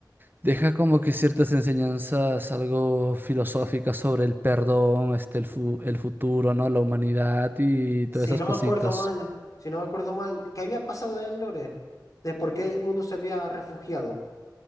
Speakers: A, on the right; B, on the left.
A: Deja como que ciertas enseñanzas algo filosóficas sobre el perdón, este, el fu- el futuro, ¿no? La humanidad y todas
B: Si
A: esas
B: no
A: cositas.
B: me acuerdo mal, si no me acuerdo mal, ¿qué había pasado en el lore? ¿De por qué el mundo se había refugiado?